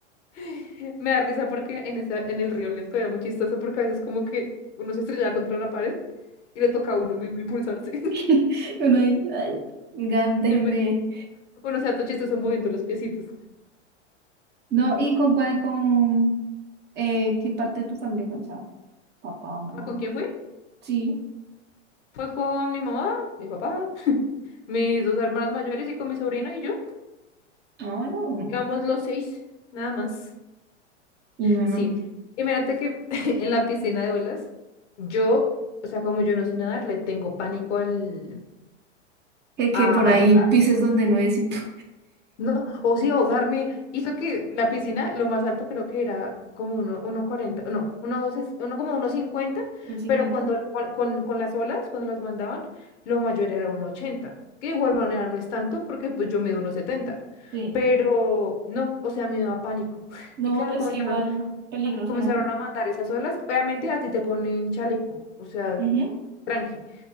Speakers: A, on the left (about 75°); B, on the right (about 30°).
A: <laughs> Me da risa porque en esa, en el río lento era muy chistoso porque a veces como que uno se estrellaba contra la pared y le toca a uno mismo impulsarse. <laughs>
B: Y Uno ahí, ay, oigan, déjenme.
A: Y yo me- Bueno, o sea, todo chistoso moviendo los piecitos.
B: No, ¿y con cuál, con eh, qué parte de tu familia fue? O sea, papá, mamá.
A: ¿Ah, ¿Con quién fue?
B: Sí.
A: Fue con mi mamá, mi papá, mis dos hermanas mayores y con mi sobrina y yo.
B: Ah, bueno. mm.
A: Éramos los seis, nada más.
B: Y bueno.
A: Sí. Y mírate que <laughs> en la piscina de olas, yo, o sea, como yo no sé nadar, le tengo pánico al...
B: Que, que
A: A,
B: por
A: a-
B: ahí pises
A: a-
B: donde no es y ¡puf!
A: no, o sí, ahogarme. Hizo que la piscina, lo más alto creo que era como uno, uno cuarenta no, uno, doce- uno como uno cincuenta
B: ¿Un 50?
A: pero cuando con, con, con las olas, cuando las mandaban, lo mayor era uno ochenta que de igual manera no es tanto porque pues yo mido uno setenta
B: Sí.
A: pero no, o sea, me daba pánico. <laughs>
B: No,
A: Y claro,
B: pues
A: comenzaron
B: que igual peligroso,
A: comenzaron
B: ¿no?
A: a mandar esas olas. Obviamente a ti te ponen chaleco, o sea,
B: Ujú.
A: tranqui.